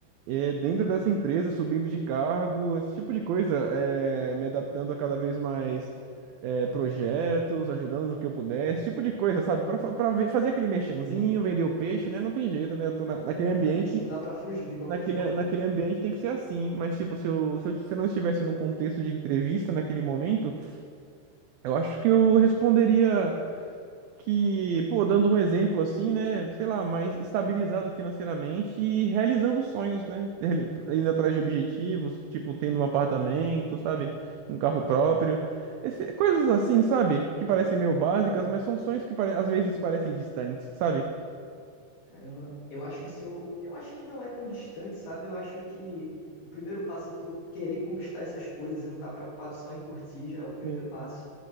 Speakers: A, on the right; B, on the left.
A: eh, dentro dessa empresa, subindo de cargo, esse tipo de coisa, eh, me adaptando a cada vez mais eh, projetos, ajudando no que eu puder, esse tipo de coisa, sabe? Pra, fa- pra ver- fazer aquele merchanzinho,
B: Uhum.
A: vender o peixe, né? Não tem jeito, né? Eu tô na- naquele
B: Tem
A: ambiente.
B: que fazer isso, não dá pra fugir de qualquer
A: Naquele,
B: forma,
A: naquele
B: né?
A: ambiente tem que ser assim, mas tipo, se eu, se eu, se eu não estivesse num contexto de entrevista naquele momento, eu acho que eu responderia que, pô, dando um exemplo assim, né, sei lá, mais estabilizado financeiramente e realizando sonhos, né, Reali- indo atrás de objetivos, tipo, tendo um apartamento, sabe, um carro próprio, Esse- coisas assim, sabe, que parecem meio básicas,
B: Uhum.
A: mas são sonhos que pare- às vezes parecem distantes, sabe?
B: Caramba, eu acho que se eu, eu acho que não é tão distante, sabe? Eu acho que o primeiro passo é tu querer conquistar essas coisas e não estar preocupado só em curtir, já é o primeiro
A: Sim.
B: passo.